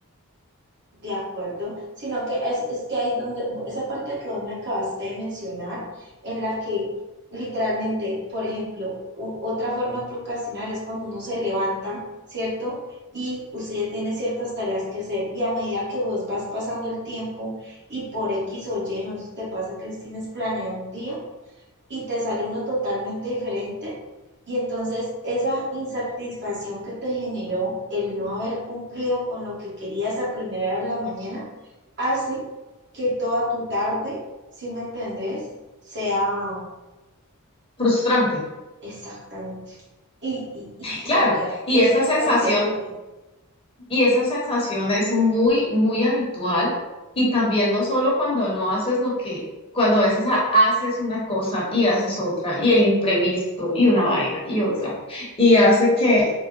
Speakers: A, on the right; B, on the left.
A: De acuerdo, sino que es, es que ahí donde, esa parte que vos me acabaste de mencionar, en la que literalmente, por ejemplo, u- otra forma de procrastinar es cuando uno se levanta, ¿cierto? Y usted ya tiene ciertas tareas que hacer y a medida que vos vas pasando el tiempo y por X o Y, no sé si te pasa que tienes planeado un día y te sale uno totalmente diferente. Y entonces esa insatisfacción que te generó el no haber cumplido con lo que querías a primera hora de la mañana hace que toda tu tarde, si me entendés, sea
B: Frustrante.
A: exactamente. Y, y, y,
B: Claro,
A: y hagas
B: y
A: que eso
B: esa
A: se
B: sensación
A: perpetúe.
B: Y esa sensación es muy, muy habitual. Y también no solo cuando no haces lo que, cuando a veces ha- haces una cosa y haces otra, y el imprevisto, y una vaina, y otra. Y hace que